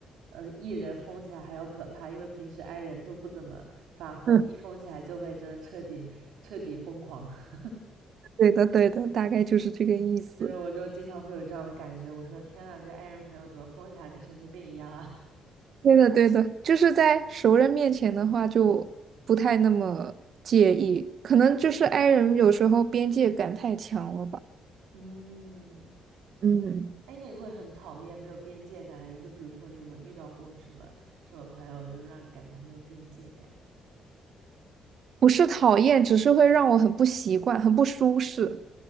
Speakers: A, on the right; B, on the right.
A: 呃，e 人疯起来还要可怕，因为平时 i 人都不怎么发疯，
B: 嗯，
A: 一疯起来就会真的彻底彻底疯狂。<laughs>
B: 对的对的，大概就是这个意思。
A: 就是我就经常会有这样的感觉，我说天呐，这 i 人朋友怎么疯起来跟神经病一样啊？
B: 对的，对的，就是在熟人面前的话，就不太那么介意，可能就是 i 人有时候边界感太强了吧，
A: <laughs> 嗯，
B: 嗯
A: 哎，那你会很讨厌没有边界感的人？就比如说，你有没有遇到过什么什么朋友，就是让你感觉很没有边界感？
B: 不是讨厌，只是会让我很不习惯，很不舒适。